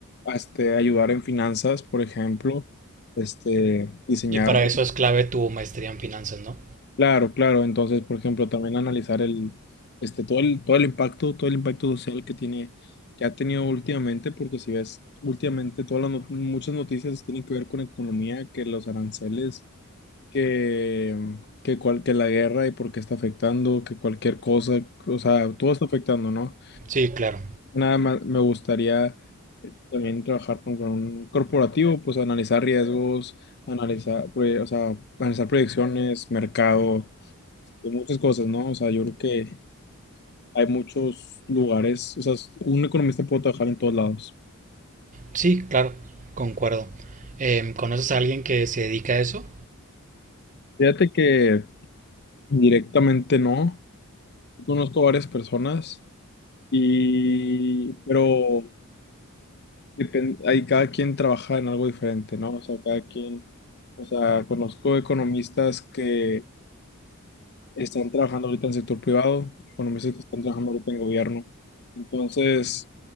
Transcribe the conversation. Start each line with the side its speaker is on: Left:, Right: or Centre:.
Left: este, ayudar en finanzas, por ejemplo, este, diseñar,
Right: y para eso es clave tu maestría en finanzas, ¿no?
Left: claro, claro, entonces, por ejemplo, también analizar el, este, todo el, todo el impacto, todo el impacto social que tiene, que ha tenido últimamente, porque si ves, últimamente todas las, no- muchas noticias tienen que ver con economía, que los aranceles que, que, cual- que la guerra y por qué está afectando, que cualquier cosa, o sea, todo está afectando, ¿no?
Right: Sí, claro.
Left: Nada más me gustaría eh, también trabajar con, con un corporativo, pues analizar riesgos, analizar, proye- o sea, analizar proyecciones, mercado, y muchas cosas, ¿no? O sea, yo creo que hay muchos lugares, o sea, un economista puede trabajar en todos lados.
Right: Sí, claro, concuerdo. Eh, ¿Conoces a alguien que se dedica a eso?
Left: Fíjate que directamente no, conozco varias personas. Y, pero Depen- hay cada quien trabaja en algo diferente, ¿no? O sea, cada quien, o sea, conozco economistas que están trabajando ahorita en sector privado, economistas que están trabajando ahorita en gobierno. Entonces,